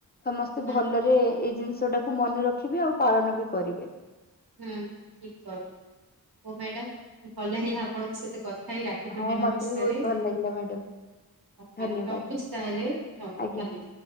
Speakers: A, on the left; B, on the right.
A: ସମସ୍ତେ
B: ହୁଁ
A: ଭଲରେ ଏଇ ଜିନିଷଟାକୁ ମନେ ରଖିବେ ଆଉ ପାଳନ ବି କରିବେ।
B: ହୁଁ ଠିକ୍ କହିଲ, ହଁ ମ୍ୟାଡାାମ ଭଲ ଲାଗିଲା ଆପଣଙ୍କ ସହିତ କଥା ହେଇକି ରାଖିପୂର୍ଣୀମା
A: ହଁ ମତେ
B: ବିଷୟରେ।
A: ବି ବହୁତ ଭଲ ଲାଗିଲା ମ୍ୟାଡାମ
B: ହଉ ମ୍ୟାଡ଼ାମ
A: ଧନ୍ୟବାଦ
B: ରଖୁଚି ତାହେଲେ, ହଉ ଧନ୍ୟବାଦ।
A: ଆଜ୍ଞା